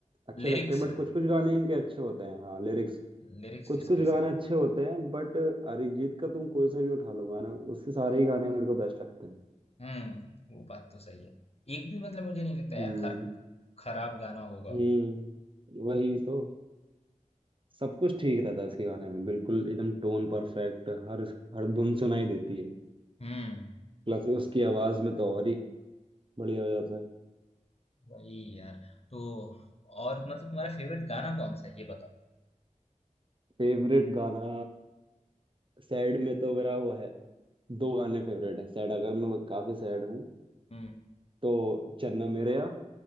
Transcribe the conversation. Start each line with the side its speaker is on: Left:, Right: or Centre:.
Right: अच्छे
Left: लिरिक्स
Right: लगते हैं बट कुछ कुछ गाने इनके अच्छे होते हैं हाँ लिरिक्स
Left: लिरिक्स
Right: कुछ
Left: जिसके
Right: कुछ गाने
Left: से
Right: अच्छे होते हैं बट अरिजीत का तुम कोई सा भी उठा लो गाना उसके सारे ही गाने मेरे को बेस्ट लगते हैं
Left: हम्म वो बात तो सही है एक भी मतलब मुझे नहीं लगता
Right: हम्म
Left: यार खर, खराब गाना होगा
Right: हम्म वही तो सब कुछ ठीक रहता है उसके गाने में बिल्कुल एकदम टोन परफेक्ट हर हर धुन सुनाई देती है
Left: हम्म
Right: प्लस उसकी आवाज में तो और ही बढ़िया हो जाता है
Left: वही यार तो और मतलब तुम्हारा फेवरेट गाना कौन सा है ये बताओ
Right: फेवरेट गाना सैड में तो मेरा वो है दो गाने फेवरेट हैं सैड अगर मैं काफी सैड हूँ
Left: हुँ।
Right: तो चन्ना मेरेया